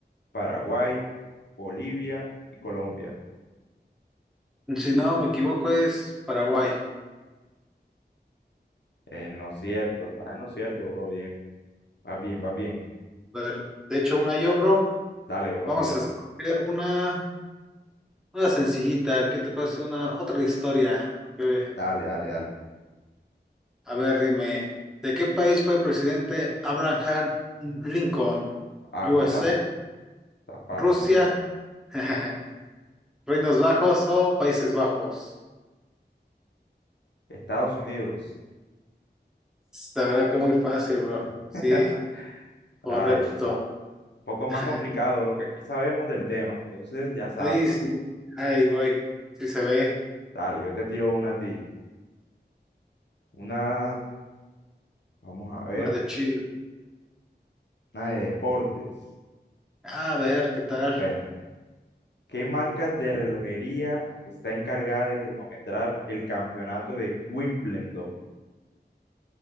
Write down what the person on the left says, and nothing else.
Paraguay, Bolivia y Colombia.
Eh, ¿no lo cierto, está en lo cierto, bro. Bien, vas bien, vas bien.
Dale, bro,
mira.
Dale, dale, dale.
Ah,
eso está, está fácil,
bro.
Estados Unidos.
<laughs>
Ay, un poco más
complicado, bro, que aquí sabemos del tema. Entonces, ya sabes.
Dale, yo te tiro una a ti. Una, vamos a ver,
una de deportes.
Bueno, ¿qué marca de relojería está encargada de cronometrar el campeonato de Wimbledon?